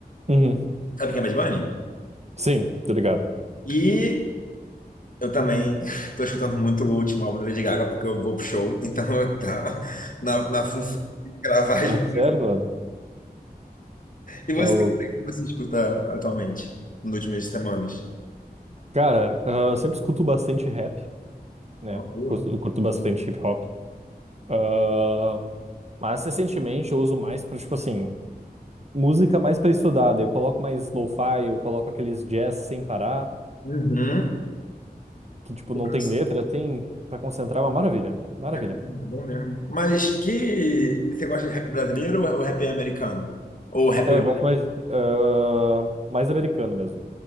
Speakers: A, on the right; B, on the left.
A: Uhum.
B: Sabe quem é Bad Bunny?
A: Sim, tô ligado.
B: E Eu também <laughs> tô escutando muito o último álbum da Lady Gaga porque eu vou pro show, <laughs> então eu tá na, na função de gravar
A: Tá
B: as músicas.
A: certo, mano.
B: E você,
A: Tá louco.
B: cara, o que você escuta atualmente, nas últimas semanas?
A: Cara, ah, eu sempre escuto bastante rap, né?
B: É Uma boa.
A: Curto, curto bastante hip hop. Ah, mas recentemente eu uso mais pra, tipo assim, música mais pra estudar. Daí Eu coloco mais lo-fi, eu coloco aqueles jazz sem parar,
B: Uhum.
A: que, tipo, não
B: Nossa,
A: tem letra, tem pra concentrar, É uma maravilha. Maravilha.
B: É bom, é bom mesmo. Mas que você gosta de rap brasileiro ou rap americano? Ou rap
A: É,
B: o
A: eu gosto mais, ah, mais americano mesmo.